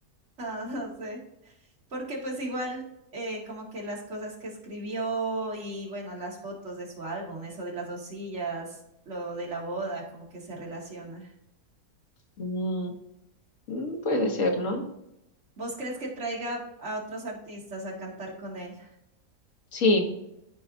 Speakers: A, on the right (about 50°); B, on the left (about 55°).
A: No, no sé. Porque pues igual eh, como que las cosas que escribió y bueno, las fotos de su álbum, eso de las dos sillas, lo de la boda, como que se relaciona.
B: mm, mm, puede ser, ¿no?
A: ¿Vos crees que traiga a otros artistas a cantar con él?
B: Sí,